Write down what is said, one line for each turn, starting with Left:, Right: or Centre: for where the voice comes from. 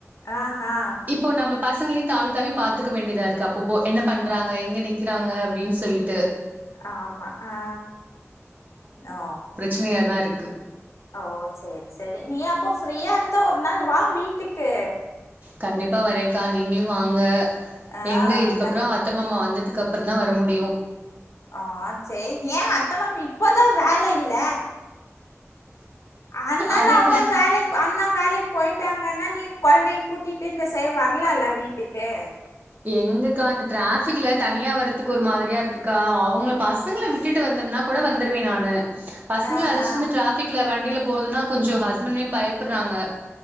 Left: ஆஹா
Right: இப்போ நம்ம பசங்களையு தாவி தாவி பாத்துக்க வேண்டியதாருக்கு அப்போப் போ என்ன பண்றாங்க எங்க நிக்கிறாங்க அப்டின் சொல்லிட்டு
Left: ஆமா அ ஒ
Right: ஜினியாதாருக்கு
Left: ஓ சேர் செரி நீ அப்போ ஃப்ரீயாருந்தா ஒரு நாள் வா வீட்டுக்கு
Right: கண்டிப்பா வரேக்கா நீங்களு வாங்க
Left: ஆ
Right: எங்க இதுக்கப்றோ
Left: நான்
Right: த்த மாமா வந்ததுக்கு அப்றோந்தா வர முடியு
Left: ஆ செரி யே அத்த மாமா இப்பதா வேல இல்ல ஆன்னால
Right: அது
Left: அவர்
Right: க
Left: வேலைக் அண்ணா வேலைக் போயிட்டாங்கன்னா நீ கொழ்ந்தைய கூட்டிட்டு இந்த சைட் வர்லால வீட்டுக்கு
Right: எங்கக்கா இந்த டிராஃபிக்ல தனியா வரதுக்கு ஒரு மாரியா இருக்குக்கா அவுங்கள பசங்கள விட் டிட்டு வந்தோம்னா கொட வந்துருவே நானு பசங்கள
Left: ஆஹா
Right: அழச்சிட்டு ந்த டிராஃபிக்ல வண்டியில போறதுனா கொஞ்சோ ஹஸ்பண்ணே பயப்புட்றாங்க